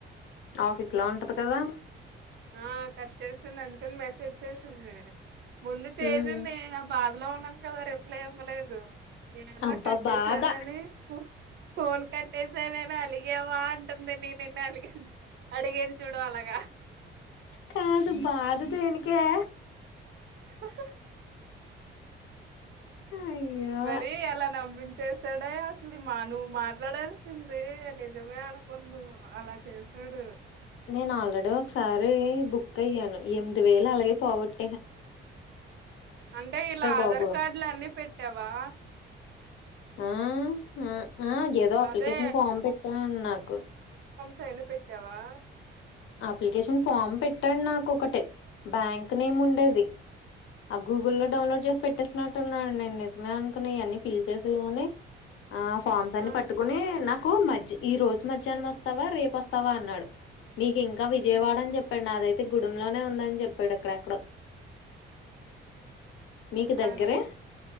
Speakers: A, on the left; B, on the right.
A: ఆఫీస్ లా ఉంటది కదా
B: ఆ కట్ చేసింది అందుకని మెసేజ్ చేసింది ముందు చేసింది
A: ఉమ్
B: నా బాధ ఇందులో ఉన్నాను కదా ర రిప్లై ఇవ్వలేదు ఏనరా
A: అబ్బా
B: కట్టేసాన
A: బాధ
B: ఫోన్ కట్టేసా నేను అలాగ అడిగావ అంటుంది నే నిన్న అలిగను అడిగను చూడు అలాగ
A: కాదు బాధ దేనికే
B: స స
A: అయ్యో
B: మరి అలా నవ్విన్ చేశాడే అసలు మా నువ్వు మాట్లాడాల్సింది నిజమే అనుకుందుము అలా చేశాడు
A: నేను ఆల్రెడీ ఒకసారి బుక్ అయ్యాను ఎనిమిది వేల అలాగే పోగొట్
B: అంటే ఇలా ఆధార్
A: బాబు
B: కార్డులు అన్ని పెట్టావా
A: మ్మ్ మ్మ్ ఆ ఏదో అప్లికషన్
B: అదే
A: ఫామ్ పెట్టాన్నాకు
B: పైన పెట్టావా
A: అప్లికేషన్ ఫామ్ పెట్టాండి నాకొకటి బ్యాంక్ నేమ్ ఉండేది ఆ గూగుల్లో
B: ఉమ్,
A: లో డౌన్లోడ్ చేసి పెట్టేస్ విన్నట్టున్నాను నేను నిజమే అన్ కొని అన్ని ఫిల్ చేసుకొని ఆ ఫార్మ్స్
B: ఆ
A: అన్ని పట్టుకుని నాకు మ ఈ రోజు మధ్యానం వస్తావా రేపొస్తావా అన్నాడు మీకింకా విజయవాడ
B: ఉమ్
A: అని చెప్పాడు నాదైతే గూడెం లోనే ఉందని చెప్పాడు అక్కడెక్కడో మీకు
B: బానే
A: దగ్గరే
B: ఉంది